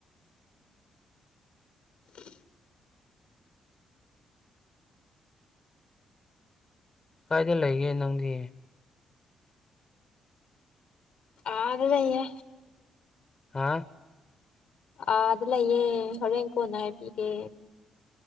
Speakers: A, on the left (about 65°); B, on the left (about 30°).
A: <inaudible>
B: ꯀꯥꯏꯗ ꯂꯩꯒꯦ ꯅꯪꯗꯤ
A: ꯑ ꯑꯗꯨꯗꯅꯦ
B: ꯍꯥꯥ
A: ꯑ ꯑꯗꯨꯗꯂꯌꯦꯦ ꯍꯔꯡ ꯀꯣꯅ ꯏꯒꯦ